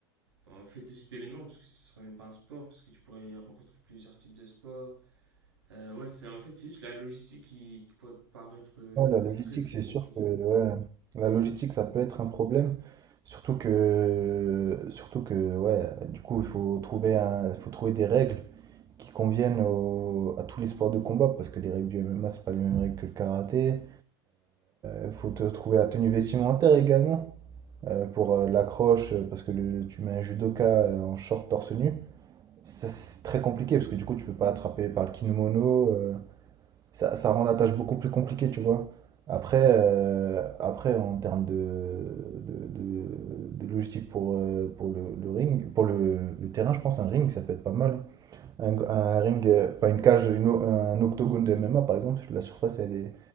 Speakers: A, on the right; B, on the right.
A: en fait de cet événement parce que ce serait même pas un sport parce que tu pourrais rencontrer plusieurs types de sports. Euh, ouais, c'est en fait c'est juste la logistique qui, qui pourrait paraître euh,
B: Ouais, la logistique,
A: très très
B: c'est
A: compliquée.
B: sûr que ouais, la logistique, ça peut être un problème. Surtout que, surtout que ouais, du coup, il faut trouver un, il faut trouver des règles qui conviennent au- à tous les sports de combat. Parce que les règles du MMA, c'est pas les mêmes règles que le karaté. Il faut te trouver la tenue vestimentaire également euh, pour euh, l'accroche. euh, Parce que le- tu mets un judoka euh, en short torse nu. Ça, C'est très compliqué parce que du coup, tu peux pas attraper par le kimono. euh, ça, ça rend la tâche beaucoup plus compliquée, tu vois. Après, euh, après en termes de, de, de- de logistique pour, euh, pour le, le ring, pour le, le terrain, je pense un ring, ça peut être pas mal. Un, un ring, euh, enfin une cage, une o- un octogone de MMA par exemple, la surface elle est,